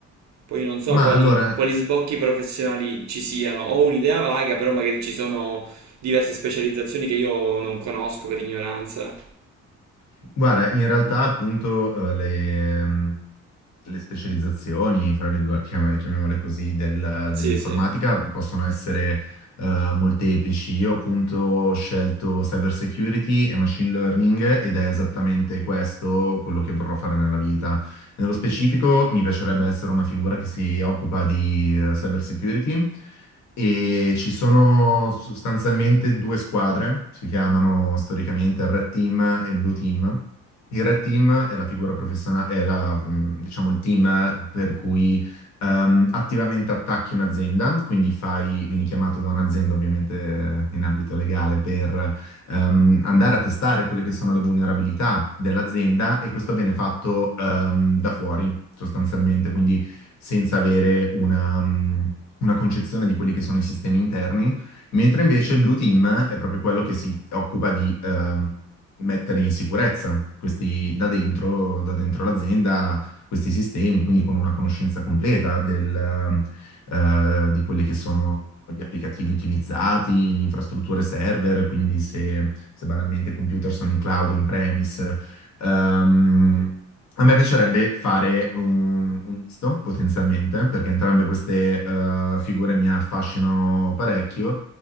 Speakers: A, on the right (about 65°); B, on the left (about 70°).
A: Poi non so
B: Ma
A: quali,
B: allora,
A: quali sbocchi professionali ci siano, ho un'idea vaga, però magari ci sono diverse specializzazioni che io non conosco per ignoranza.
B: Guarda, in realtà appunto eh, le, ehm, le specializzazioni, fra virgolette, chiam- chiamiamole così, del-
A: Sì,
B: dell'informatica
A: sì.
B: possono essere eh, molteplici. Io appunto ho scelto cyber security e machine learning ed è esattamente questo quello che vorrò fare nella vita. Nello specifico mi piacerebbe essere una figura che si occupa di eh, cyber security e ci sono sostanzialmente due squadre, si chiamano storicamente il Red Team e il Blue Team. Il Red Team è la figura professionale, è la, mh, diciamo, il team per cui ehm, attivamente attacchi un'azienda, quindi fai, vieni chiamato da un'azienda ovviamente eh, in ambito legale per ehm, andare a testare quelle che sono le vulnerabilità dell'azienda e questo viene fatto ehm, da fuori sostanzialmente, quindi senza avere una, mh, una concezione di quelli che sono i sistemi interni, mentre invece il Blue Team è proprio quello che si occupa di ehm, mettere in sicurezza questi da dentro, da dentro l'azienda, questi sistemi, quindi con una conoscenza completa del, eh, di quelli che sono gli applicativi utilizzati, le infrastrutture server, quindi se, se banalmente i computer sono in cloud o in premise, ehm, a me piacerebbe fare un, un misto, potenzialmente, perché entrambe queste eh, figure mi affascinano parecchio.